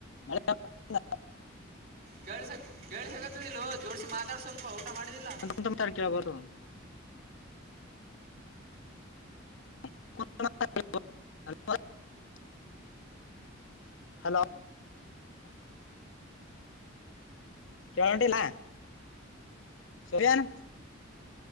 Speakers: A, on the left (about 70°); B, on the right (about 50°).
A: ಮಳಿ ಏನ್ <unintelligible>
B: ಕೇಳಸ ಕೇಳಸಗತ್ತದ ಇಲ್ಲೊ ಜೋಡಸಿ ಮಾತಾಡ್ ಸ್ವಲ್ಪ ಮಾಡಿದಿಲ್ಲ
A: ನಾ ಮಾತಾಡ್ಯೂ ಕೇಳ್ಬಾತ್ತು. <unintelligible> ಹಲೋ ಕೇಳಂಟಿಲ್ಲಾ ಸೋರಿಯನ್.